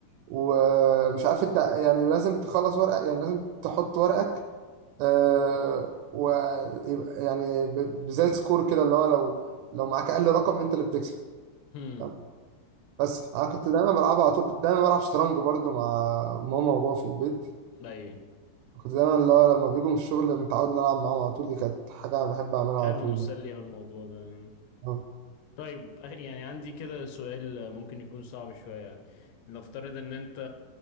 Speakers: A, on the right (about 80°); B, on the left (about 80°).
A: ومش عارف انت يعني لازم تخلص ورقه يعني لازم تحط ورقك آه و يعني ب- زي سكور كده اللي هو لو لو معاك اقل رقم انت اللي بتكسب
B: امم
A: فاهم؟ بس انا كنت دايما بلعبها على طول كنت دايما بلعب شطرنج برضو مع ماما وبابا في البيت
B: باين
A: كنت دايما اللي هو لما بيجوا من الشغل متعود نلعب معاهم على طول دي كانت حاجه بحب اعملها
B: حلو
A: على طول
B: مسلي
A: يعني
B: أوي الموضوع ده يعني
A: آه.
B: طيب أخ- يعني عندي كده سؤال ممكن يكون صعب شوية نفترض ان انت